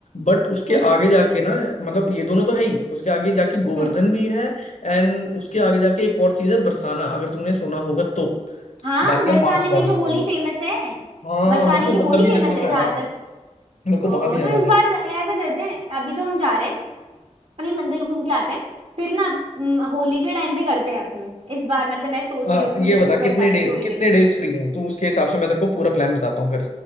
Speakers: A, on the left (about 80°); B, on the right (about 60°).
A: बट उसके
B: हम्म
A: आगे जाके ना मतलब ये दोनों तो है ही उसके आगे जाके गोवर्धन
B: हम्म
A: भी है एंड उसके आगे जाके एक और चीज है बरसाना अगर तुमने सुना होगा तो
B: हाँ
A: बाकी
B: बरसाने
A: हम वहां भी
B: में
A: जा
B: जो
A: सकते
B: होली
A: हैं
B: फेमस है
A: हाँ
B: बरसाने
A: मेरे को
B: की होली
A: वहां भी
B: फेमस
A: जाना
B: है
A: था
B: जहां
A: यार
B: तक
A: मेरे को
B: ओहो
A: वहां भी जाना
B: तो इस
A: था
B: बार ऐसा करते हैं अभी तो हम जा रहे हैं अभी मंदिर घूम के आते हैं फिर ना हम्म, होली के टाइम पे करते हैं अपने इस बार मतलब मैं सोच
A: आ,
B: रही हूँ कि मुझे
A: ये बता
B: बरसाने
A: कितने डेज
B: की होली
A: कितने
B: देखनी
A: डेज फ्री हैं तो उसके हिसाब से मैं तेरे को पूरा प्लान बताता हूँ फिर